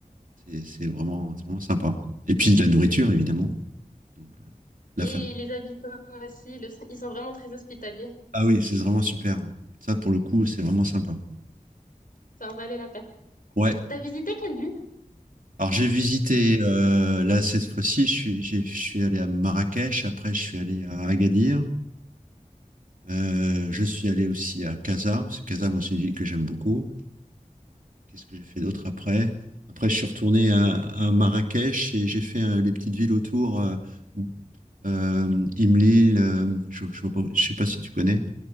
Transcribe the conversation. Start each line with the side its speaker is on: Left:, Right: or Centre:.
Right: C'est c'est vraiment c'est vraiment sympa. Et puis de la nourriture évidemment. Donc, euh, la
Left: Et
Right: famille.
Left: les habitants aussi, le- <laughs> ils sont vraiment très hospitaliers.
Right: Ah oui, c'est vraiment super. Ça pour le coup c'est vraiment sympa.
Left: Ça en valait la peine.
Right: Ouais.
Left: T'as visité quelle ville?
Right: Alors j'ai visité, euh, là cette fois-ci, je suis, j'ai- je suis allé à Marrakech, après je suis allé à Agadir, Euh, je suis allé aussi à Casa, parce que Casa, moi c'est une ville que j'aime beaucoup. Qu'est-ce que j'ai fait d'autre après? Après je suis retourné à, à Marrakech et j'ai fait euh, les petites villes autour, euh, euh, Imlil, euh, je, je vois pas- je sais pas si tu connais,